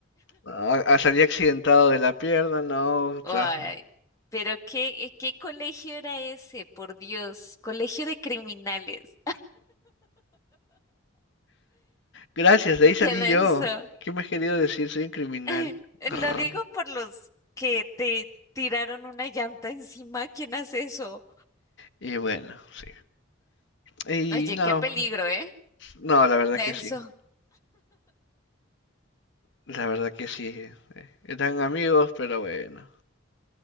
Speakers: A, on the left; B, on the left.
A: Ah, ah, salí accidentado de la pierna, no. o
B: ay,
A: sea,
B: Pero qué, eh, ¿qué colegio era ese? Por Dios, colegio de criminales.
A: gracias,
B: <laughs>
A: de ahí salí
B: Qué denso.
A: yo. ¿Qué me has querido decir? Soy un criminal.
B: <laughs>
A: Grrr.
B: Lo digo por los que te tiraron una llanta encima. ¿Quién hace eso?
A: Y bueno, sí. Y
B: Oye,
A: no,
B: qué peligro, ¿eh?
A: no, la verdad
B: Denso.
A: que sí. La verdad que sí. eh, Eran amigos, pero bueno.